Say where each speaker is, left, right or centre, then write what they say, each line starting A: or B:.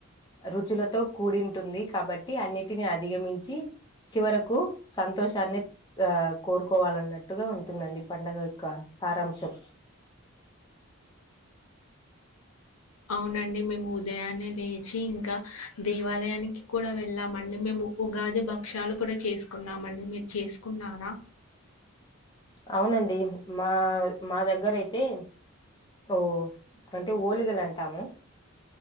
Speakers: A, on the left; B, on the left.
A: రుచులతో కూడింటుంది కాబట్టి అన్నిటిని అధిగమించి చివరకు సంతోషాన్ని ఆ కోరుకోవాలన్నట్టుగా ఉంటుందండి పండగ యొక్క సారాంశం
B: అవునండి మేము ఉదయాన్నే లేచి ఇంకా దేవాలయానికి కూడా వెళ్ళామండి మేము ఉగాది భక్ష్యాలు కూడా చేసుకున్నామండి మీరు చేసుకున్నారా
A: అవునండి మా మా దగ్గర అయితే ఓ అంటే ఓలిగలు అంటాము